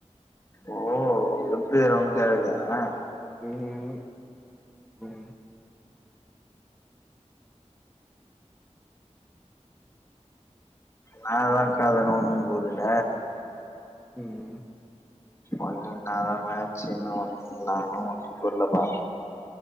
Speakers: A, on the left; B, in the centre.
A: ஓ எப்ப அவங்க தேவல <unintelligible>
B: ம் ம்
A: னா தா கதனு ஒன்னு புரில
B: ம்
A: ஒன்னு நாதா மேச்சுன்னு ஒன்னு நானு ஒண்ணு புரிலப்பா